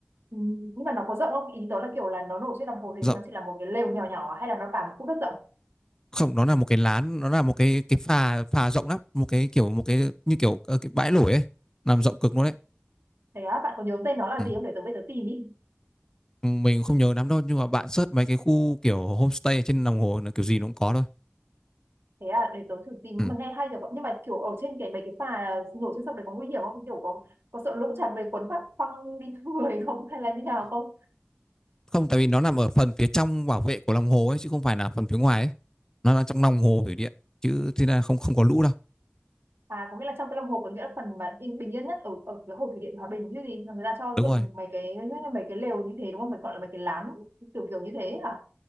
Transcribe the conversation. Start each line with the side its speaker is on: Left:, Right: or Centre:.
Right: Ừ, nhưng mà nó có rộng không? Ý tớ là kiểu là nó nổi trên đồng hồ thì nó
Left: rộng
Right: chỉ là một cái lều nhỏ nhỏ hay là nó cả một khu đất rộng?
Left: không nó là một cái lán nó là một cái cái phà phà rộng lắm một cái kiểu một cái như kiểu ờ, cái bãi lủi ấy làm rộng cực luôn đấy
Right: Thế á, bạn có nhớ tên nó là
Left: Ừ.
Right: gì không? Để tớ về tớ tìm ý.
Left: mình không nhớ lắm đâu nhưng mà bạn search mấy cái khu kiểu homestay ở trên lòng hồ là kiểu gì nó cũng có thôi
Right: Thế à, để tớ thử tìm
Left: Ừ.
Right: mà nghe hay rồi. Nhưng mà kiểu ở trên cái mấy cái phà nổi trên sông đấy có nguy hiểm không? Kiểu có có sợ lũ tràn về cuốn phát phăng đi <laughs> người không? Hay là như nào không?
Left: không tại vì nó nằm ở phần phía trong bảo vệ của lòng hồ ấy chứ không phải là phần phía ngoài ấy nó là trong lòng hồ thủy điện chứ thế là không không có lũ đâu
Right: À, có nghĩa là trong cái lòng hồ có nghĩa là phần mà yên bình yên nhất ở ở cái hồ thủy điện Hòa Bình chứ gì là người ta cho
Left: đúng
Right: dựng
Left: rồi
Right: mấy cái mấy cái lều như thế đúng không? Phải gọi là mấy cái lán kiểu kiểu như thế hả?